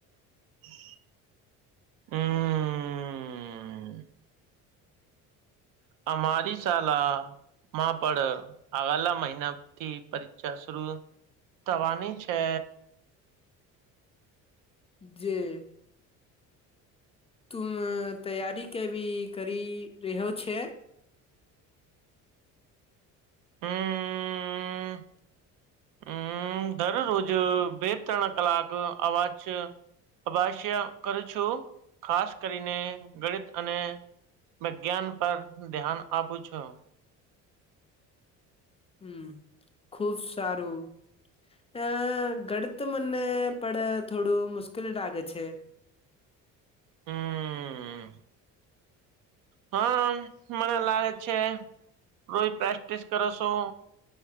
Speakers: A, on the right; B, on the left.
A: હમ અમારી શાલા માં પળ આવાલા મહિનાથી પરીક્ષા શુરૂ થવાની છે
B: જે તુમ તૈયારી કેવી કરી રહ્યો છે
A: હમ હમ દરરોજ બે ત્રણ કલાક અવાજ અભસ્ય કરું છું ખાસ કરીને ગણિત અને વિજ્ઞાન પર ધ્યાન આપું છું
B: હમ ખુબ સારું અ ગડ તો મને પળ થોડું મુશ્કેલ લાગે છે
A: હમ હા મને લાગે છે રોજ પ્રેક્ટિસ કરો છો